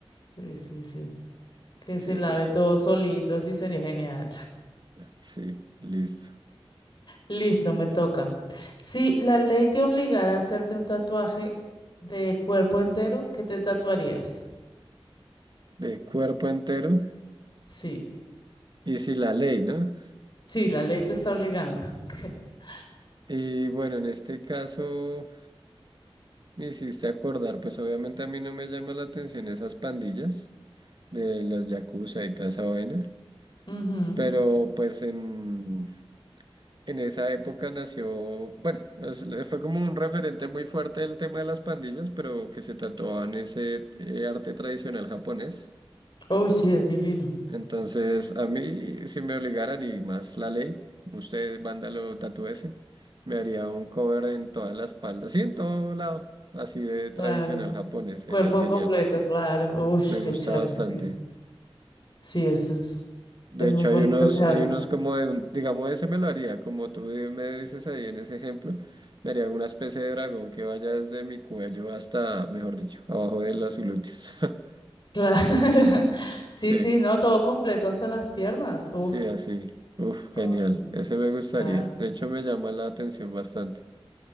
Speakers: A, on the left (about 50°); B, on the right (about 45°).
A: Sí, sí, sí. Que
B: Sí,
A: se lave
B: total.
A: todo solito, así sería genial.
B: Sí, listo.
A: Listo, me toca. Si la ley te obligara a hacerte un tatuaje de cuerpo entero, ¿qué te tatuarías?
B: De cuerpo entero
A: Sí,
B: y si la ley, ¿no?
A: sí, la ley te está obligando. <laughs>
B: Y bueno, en este caso me hiciste acordar, pues obviamente a mí no me llama la atención esas pandillas de los yakuza y toda esa vaina,
A: Ujú.
B: pero pues en... En esa época nació, bueno, es- fue como un referente muy fuerte el tema de las pandillas, pero que se tatuaban ese eh, arte tradicional japonés.
A: Uy, sí, es divino.
B: Entonces, a mí, si me obligaran y más la ley, como usted, vándalo, tatúese, me haría un cover en toda la espalda, sí, en todo lado, así de tradicional
A: Claro.
B: japonés, sería
A: Cuerpo
B: genial.
A: completo, claro. Uy,
B: Me
A: qué
B: gusta
A: chévere.
B: bastante.
A: Sí, eso es,
B: De
A: es muy
B: hecho,
A: bonito
B: hay unos,
A: ese arte.
B: hay unos como de, un- digamos, ese me lo haría, como tú di- me dices ahí en ese ejemplo, me haría una especie de dragón que vaya desde mi cuello hasta, mejor dicho, abajo de los glúteos. <laughs>
A: Claro. <laughs> Sí,
B: Sí,
A: sí, no, todo completo hasta las piernas. Uf.
B: sí, así. Uf,
A: Con-
B: genial. Ese me gustaría.
A: claro.
B: De hecho, me llama la atención bastante.